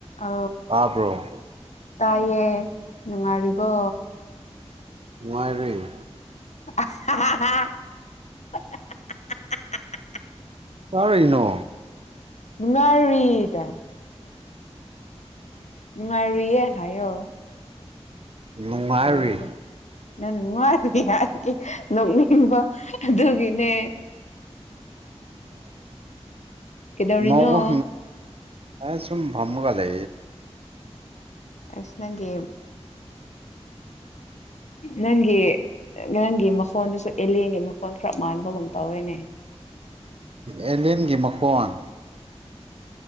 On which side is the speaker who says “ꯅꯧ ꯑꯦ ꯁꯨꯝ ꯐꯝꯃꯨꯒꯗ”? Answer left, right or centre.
Right